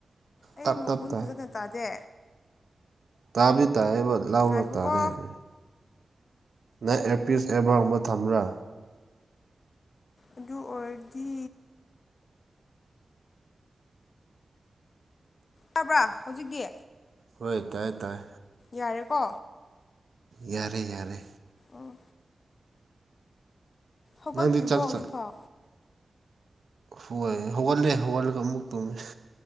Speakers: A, on the left; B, on the right.
A: ꯑꯩ
B: ꯇꯞ
A: ꯃꯈꯣꯟ
B: ꯇꯞ ꯇꯥꯏ
A: ꯐꯖꯅ ꯇꯥꯗꯦ꯫
B: ꯇꯥꯕꯕꯤ ꯇꯥꯏꯌꯦꯕ ꯂꯥꯎꯅ
A: ꯉꯥꯏꯈꯣꯀꯣ
B: ꯇꯥꯗꯦꯍꯥꯏꯕꯅꯤ꯫ ꯅꯪ ꯑꯦꯄꯤꯁ ꯑꯦꯕꯥꯔꯕ ꯊꯝꯕ꯭ꯔꯥ
A: ꯑꯗꯨ ꯑꯣꯏꯔꯗꯤ ꯇꯕ꯭ꯔꯥ ꯍꯧꯖꯤꯛꯇꯤ꯫
B: ꯍꯣꯏ ꯇꯥꯏ ꯇꯥꯏ
A: ꯌꯥꯔꯦꯀꯣ
B: ꯌꯥꯔꯦ ꯌꯥꯔꯦ꯫
A: ꯑꯥ ꯍꯧꯒꯠꯇ꯭ꯔꯤꯕꯣ
B: ꯅꯪꯗꯤ ꯆꯥꯛ
A: ꯍꯧꯖꯤꯛꯐꯥꯎ
B: ꯆꯥ ꯍꯣꯏ ꯍꯧꯒꯠꯂꯦ ꯍꯧꯒꯠꯂꯒ ꯑꯃꯨꯛ ꯇꯨꯝꯃꯤ꯫